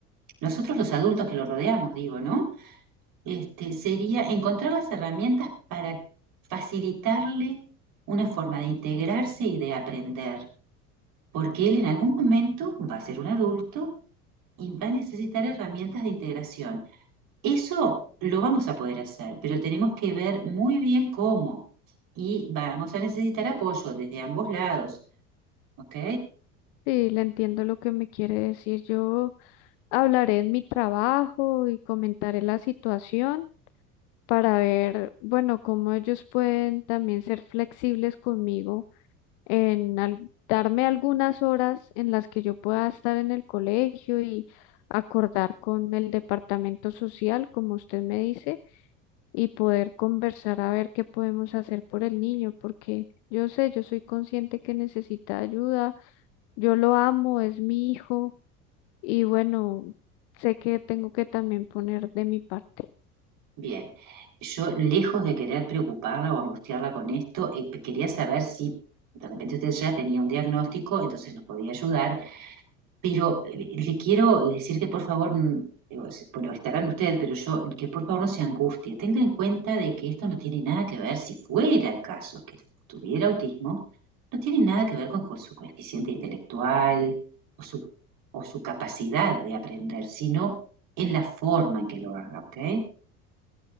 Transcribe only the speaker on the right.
nosotros los adultos que lo rodeamos, digo, ¿no? este, sería encontrar las herramientas para facilitarle una forma de integrarse y de aprender, porque él en algún momento va a ser un adulto y va a necesitar herramientas de integración. Eso lo vamos a poder hacer, pero tenemos que ver muy bien cómo y vamos a necesitar apoyo desde ambos lados, ¿ok?
Bien, yo lejos de querer preocuparla o angustiarla con esto, eh, quería saber si de repente usted ya tenía un diagnóstico, entonces nos podía ayudar, pero eh, le quiero decir que por favor, mm, digo, es- bueno, estarán usted, pero yo, que por favor no se angustie, tenga en cuenta de que esto no tiene nada que ver, si fuera el caso que tuviera autismo, no tiene nada que ver con, con su coeficiente intelectual o su, o su capacidad de aprender, sino en la forma en que lo haga, ¿ok?